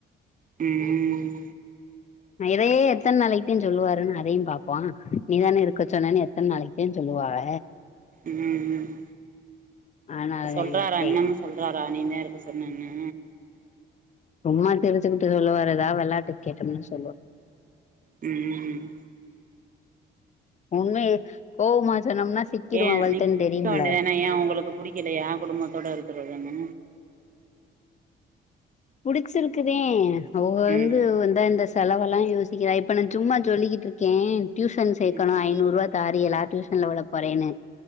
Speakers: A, on the right; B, on the left.
A: ம்
B: நா இதையே எத்தன நாளைக்குதா சொல்லுவாருன்னு அதையு பாப்போ நீதானே இருக்க சொன்னன்னு எத்தன நாளைக்குதா சொல்லுவாக
A: ம் ம்
B: ஆனால
A: சொல்றாரா
B: விட்டே
A: இன்னமு சொல் றாரா நீன்தே இருக்க சொன்னேன்னு
B: சும்மா சிரிச்சுக்கிட்டு சொல்லுவாருடா எதா வெளாட்டுக்கு கேட்டோம்னா சொல்லு
A: ம்ம் ம்
B: உண்மைய கோவமா சொன்னோம்னா சிக்கிருவோ
A: ஏ
B: அவள்ட்டன்னு
A: நீ இருக்க
B: தெரியும்ல
A: வேண்டியதான ஏ அவுங்களுக்கு புடிக்கலையா குடும்பத்தோட இருக்குறதுனு
B: புடிச்சிருக்குதே அவுக வந்து
A: ம்
B: வந்தா இந்த செலவெல்லா யோசிக்கிறா இப்ப நா சும்மா சொல்லிக்கிட்டு இருக்கே டியூஷன் சேக்கணு
A: ம்
B: ஐநூறுவா தாரிகலா டியூஸ் ல விட போறேன்னு